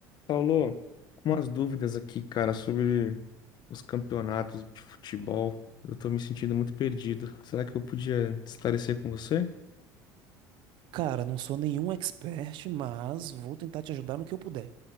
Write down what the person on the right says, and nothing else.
Cara, não sou nenhum expert, mas vou tentar te ajudar no que eu puder.